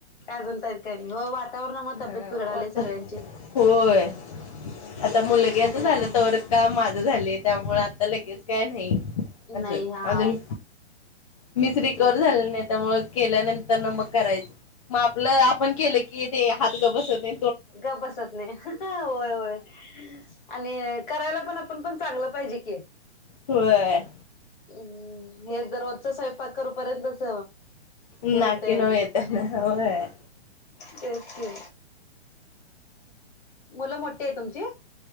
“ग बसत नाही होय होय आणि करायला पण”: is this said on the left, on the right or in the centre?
Left